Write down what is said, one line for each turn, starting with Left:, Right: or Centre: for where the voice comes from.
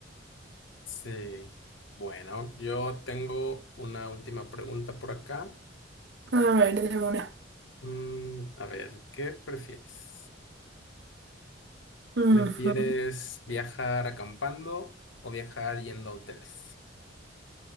Left: sí. Bueno, yo tengo una última pregunta por acá.
Right: A ver, de una.
Left: Mm, a ver, ¿qué prefieres?
Right: Ujú.
Left: ¿Prefieres viajar acampando o viajar yendo a hoteles?